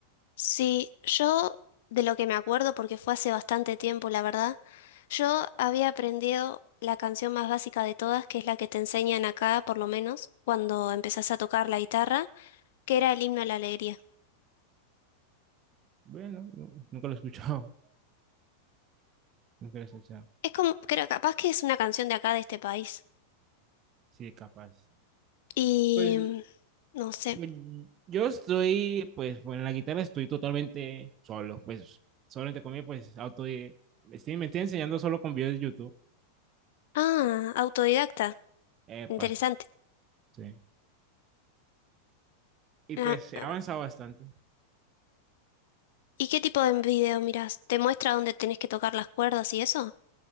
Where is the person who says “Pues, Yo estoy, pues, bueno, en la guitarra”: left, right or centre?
Right